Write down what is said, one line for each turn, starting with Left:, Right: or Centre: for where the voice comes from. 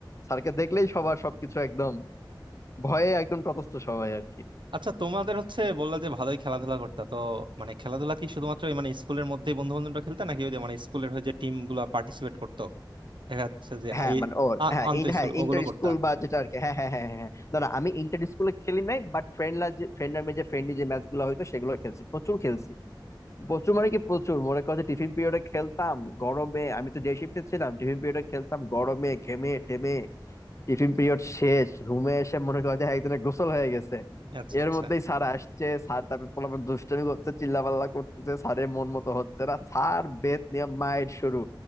Left: স্যারকে দেখলেই সবার সবকিছু একদম ভয়ে একদম তটস্থ সবাই আর কি
Right: আচ্ছা তোমাদের হচ্ছে বললা যে ভালোই খেলাধুলা করতা তো মানে খেলাধুলা কি শুধুমাত্র ওই মানে স্কুলের মধ্যেই বন্ধু বান্ধবরা খেলতা নাকি ওই যে মানে স্কুলের হয়ে যে টিম গুলো পার্টিসিপেট করতো দেখা যাচ্ছে যে
Left: হ্যাঁ
Right: আই
Left: মানে ও
Right: আ-
Left: হ্যাঁ
Right: আন্ত
Left: ইন
Right: স্কুল
Left: হ্যাঁ
Right: ওগুলো
Left: ইন্টার
Right: করতা
Left: স্কুল বা যেটা আর কি হ্যাঁ হ্যাঁ হ্যাঁ হ্যাঁ হ্যাঁ। না না আমি ইন্টার স্কুলে খেলি নাই বাট ফ্রেন্ডরা যে ফ্রেন্ডরা যে ফ্রেন্ডলি যে ম্যাচ গুলো হয়তো সেগুলো খেলছি প্রচুর খেলছি প্রচুর মানে কি প্রচুর মনে করো যে টিফিন পিরিয়ডে খেলতাম গরমে আমি তো ডে শিফটে ছিলাম টিফিন পিরিয়ডে খেলতাম গরমে ঘেমে টেমে টিফিন পিরিয়ড শেষ রুমে এসে মনে করো যে একজনের গোসল হয়ে গেছে
Right: আচ্ছা
Left: এর
Right: আচ্ছা
Left: মধ্যেই স্যার আসছে স্যার তারপর পোলাপান দুষ্টামি করছে চিল্লাপাল্লা করতেছে স্যারের মন মতো হচ্ছে না স্যার বেত নিয়ে মায়ের শুরু